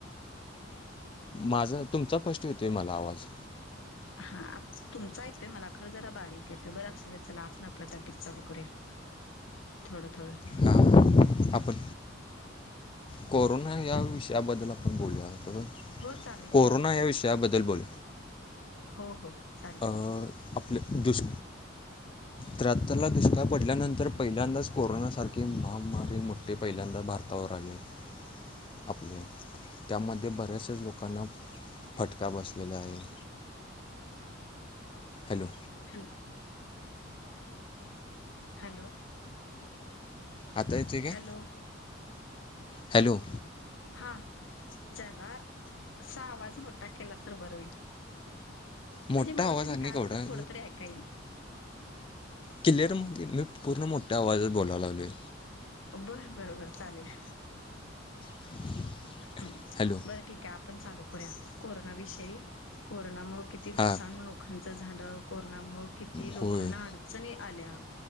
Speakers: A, on the left; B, on the left.
A: माझा तुमचा फश्ट येतोय मला आवाज.
B: हा आ तुमचा येतोय मला खरं जरा बारीक येतोय बरं असूदे चला, आपण आपलं टॉपिक चालू करूया. थोडं थोडं
A: हां आपण कोरोना या
B: हॅलो
A: विषयाबद्दल आपण बोलया होतो ब
B: हो चालेल
A: कोरोना
B: की
A: या विषयाबद्दल बोल,
B: हो हो चालेल
A: अं आपलं दुष त्र्याहत्तर ला दुष्काळ पडल्यानंतर पहिल्यांदाच कोरोनासारखी महामारी लय मोठठी पहिल्यांदा भारतावर आली आहे आपल्या, त्यामध्ये बऱ्याचच लोकांना फटका बसलेला आहे. हॅलो!
B: हॅल् हॅलो!
A: आता येतुय काय,,
B: हॅलो
A: हॅलो.
B: हा, जरासा आवाज मोठा केला तर बरं होईल.
A: मोठा
B: म्हणजे मला
A: आवाज
B: तुम्ही
A: आणि
B: काय
A: केवढा
B: बोलत थोडं तरी ऐका ईल.
A: क्लिअरमध्ये मी पूर्ण मोठ्या आवाजात बोला लागलोय.
B: बर बर चालेल.
A: <unintelligible>
B: हं,
A: हॅलो
B: बरं ठीकाय आपण चालू करूया. कोरोनाविषयी, कोरोनामुळं किती
A: हां
B: नुकसान लोकांचं झालं कोरोनामुळं किती लोकांना
A: होय
B: अडचणी आल्या